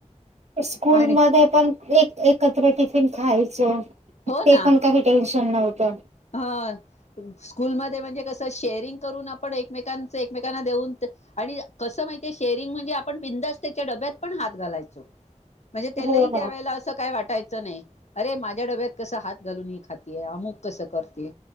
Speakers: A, on the right (about 65°); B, on the left (about 65°).
A: स्कूल
B: आणि
A: मध्ये पण एक एकत्र टिफिन खायचं. ते
B: हो ना
A: पण काही टेन्शन नव्हतं.
B: ह स्कूलमध्ये म्हणजे कस शेअरिंग करून आपण एकमेकांच एकमेकांना देऊन आणि कसं माहितीये शेअरिंग म्हणजे आपण बिंदास्त त्याच्या डब्यात पण हात घालायचो.
A: <inaudible>
B: म्हणजे त्यालाही त्या
A: ना
B: वेळेला असं काही वाटायचं नाही अरे माझ्या डब्यात कसं हात घालून ही खातीेये अमुक कसं करते.